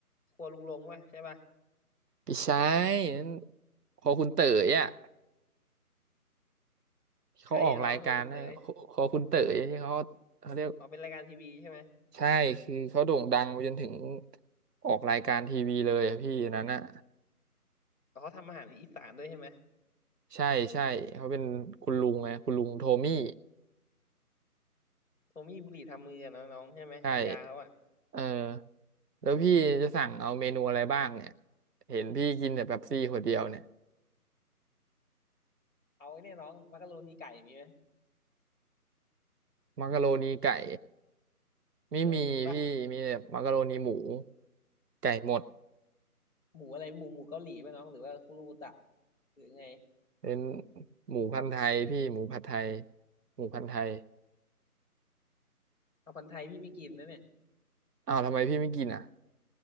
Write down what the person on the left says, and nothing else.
ครัวลุงลงป่ะใช่ป่ะ
ใครเห็นน้องครัวคุณเต๋ยอ๋อเป็นรายการทีวีใช่ไหม
อ๋อเขาทำอาหารอีสานด้วยใช่ไหม
โทมี่บุหรี่ทำมืออะนะน้องใช่ไหมฉายาเขาอะ
เอาไอ้เนี่ยน้องมักกะโรนีไก่มีไหม
เออมีป่ะ
หมูอะไรหมูหมูเกาหลีป่ะน้องหรือว่าคุรูตะหรือไง
เอาพันธุ์ไทยพี่ไม่กินนะเนี่ย